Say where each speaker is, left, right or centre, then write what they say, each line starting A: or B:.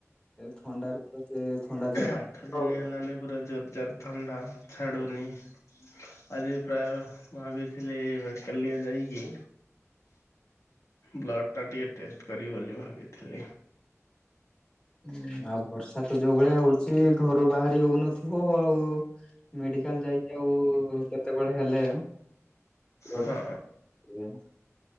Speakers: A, on the left (about 20°); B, on the left (about 75°).
A: ଥଣ୍ଡାରେ ତ ସେ ଥଣ୍ଡା ଜର
B: ଆଠ ଦିନି
A: ଆଉ
B: ହେଲାନି ପୁରା ଜୋର ଜାର। ଥଣ୍ଡା ଛାଡ଼ୁନି। ଆଜି ପ୍ରାୟ ଭାବିଥିଲି ମେଡ଼ିକାଲ ଟିକେ ଯାଇକି। ବ୍ଲଡ଼ ଟା ଟିକେ ଟେଷ୍ଟ କରିବି ବୋଲି ଭାବିଥିଲି।
A: ହୁଁ ଆଉ ବର୍ଷା ତ ଯୋଉ ଭଳିଆ ହଉଛି ଘରୁ ବାହାରି ହଉନଥିବ ଆଉ। ମେଡ଼ିକାଲ ଯାଇକି ଆଉ କେତେବେଳେ ହେଲେ ବ୍ଲଡ।
B: ହଁ